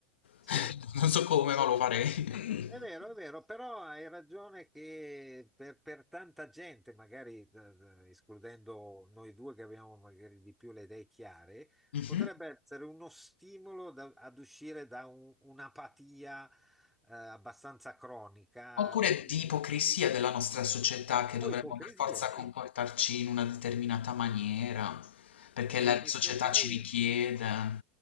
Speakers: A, in the centre; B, on the left.
A: Sì,
B: <laughs> Non so come,
A: sì,
B: ma lo farei.
A: è vero,
B: <laughs>
A: è vero, però hai ragione che per, per tanta gente, magari eh, eh, escludendo noi due che abbiamo magari di più le idee chiare,
B: Mhm.
A: potrebbe essere uno stimolo da- ad uscire da un- un'apatia eh, abbastanza cronica,
B: Oppure
A: che,
B: di ipocrisia della nostra società che dovremmo
A: o ipocrisia,
B: per forza
A: sì,
B: comportarci in una determinata maniera, perché
A: eh,
B: la
A: che,
B: società
A: che poi
B: ci richiede.